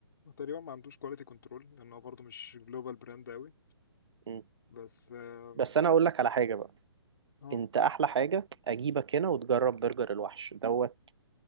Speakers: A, on the left (about 50°); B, on the right (about 75°).
A: تقريبا ما عندوش كواليتي كنترول لانه برضه مش جلوبال براند قوي
B: مم.
A: بس اه
B: بس انا اقول لك على حاجه بقى
A: آه،
B: انت احلى حاجه اجيبك هنا وتجرب برجر الوحش دوت